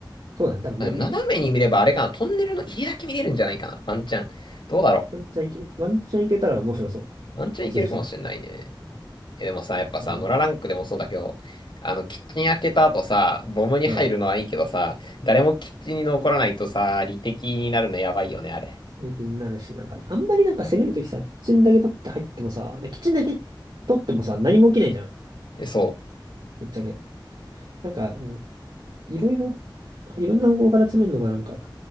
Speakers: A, on the right; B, on the left.
A: そうだね、多分無無理だね。
B: あ、でも斜めに見ればあれかな。トンネルの入りだけ見れるんじゃないかな。ワンチャン。どうだろ
A: ワンチャンいける、ワンチャンいけたら面白そう。
B: う。ワンチャンいけるかもしれないね。
A: 普通に。
B: え、でもさ、やっぱさ、
A: うん、
B: ノラランクでもそうだけど、あの、キッチン開けた後さ、ボムに入るのはいいけどさ、
A: うん。
B: 誰もキッチンに残らないとさ、理敵になるのやばいよね、あれ。
A: で気になるし、なんかね、あんまりなんか攻めるときさ、キッチンだけ取って入ってもさ、キッチンだけ取ってもさ、何も起きないじゃん。
B: えそ
A: ぶっちゃけ。なんか、うんいろいろ、いろんな方向から詰めるのがなんか、